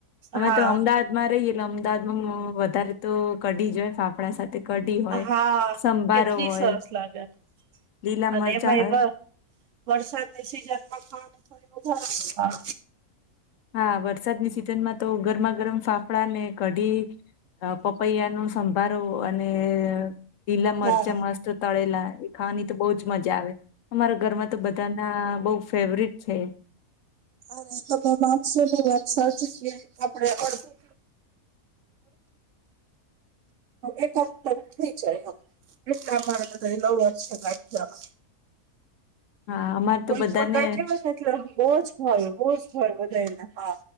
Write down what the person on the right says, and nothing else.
હા
હા
કેટલી
સરસ લાગે
અને
એમાં
એવા. વરસાદની સિઝન માં ખણી થાર.
હા
અરે તમે માણસોની વાત સાચી જએ આપડે અડધું. એક થઈ જાય. એટલે અમારે બધ નવ વર્ષ ગઠ.
કોઈ
પણ ગાઠ એટલે રોજ ભાવ રોજ ભાવ વધારે ને હા